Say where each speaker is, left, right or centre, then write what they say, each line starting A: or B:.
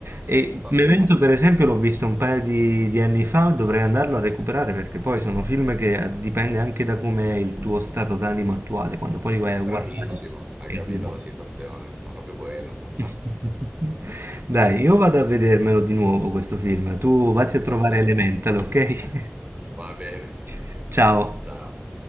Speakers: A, on the right; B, on the right.
A: E
B: va
A: Memento,
B: bene.
A: per esempio, l'ho visto un paio di, di anni fa, dovrei andarlo a recuperare perché poi sono film che eh, dipende anche da come è il tuo stato d'animo attuale, quando poi li vai a
B: Bravissimo,
A: guardare
B: hai
A: è
B: capito
A: diverso.
B: la situazione, ma proprio quello. <laughs>
A: <laughs> Dai, io vado a vedermelo di nuovo questo film, tu vatti a trovare
B: Perfetto,
A: Elemental, ok?
B: va bene,
A: <laughs> Ciao.
B: ciao.